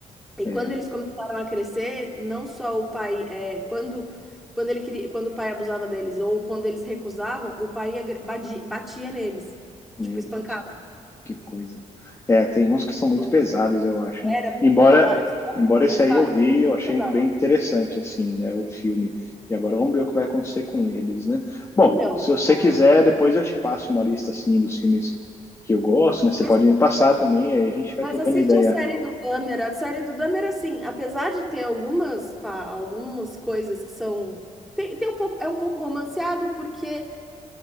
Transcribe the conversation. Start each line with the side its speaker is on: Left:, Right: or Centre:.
Centre: E
Left: É,
Centre: quando eles começaram a crescer, não só o pai, é, quando, quando, ele queria, quando o pai abusava deles ou quando eles recusavam, o pai agre- badi- batia neles,
Left: meu
Centre: tipo, espancava.
Left: Deus. Que coisa. É, tem uns
Centre: Então,
Left: que são muito pesados, eu acho.
Centre: Era
Left: né?
Centre: muito
Left: Embora,
Centre: pesado. A-
Left: embora esse
Centre: Dos
Left: aí
Centre: caras,
Left: eu vi,
Centre: muito
Left: eu achei
Centre: pesado.
Left: bem interessante, assim, né, o filme. E agora vamos ver o que vai acontecer com eles, né? Bom,
Centre: Então,
Left: se você
Centre: a-
Left: quiser, depois eu te passo uma lista, assim, dos filmes que eu gosto, né? Você
Centre: mas,
Left: pode me passar também, aí a gente vai
Centre: mas
Left: trocando
Centre: assiste
Left: ideia.
Centre: a série do Dahmer. A série do Dahmer, assim, apesar de ter algumas, pá, algumas coisas que são. Tem, tem um pouco, é um pouco romanceado, porque,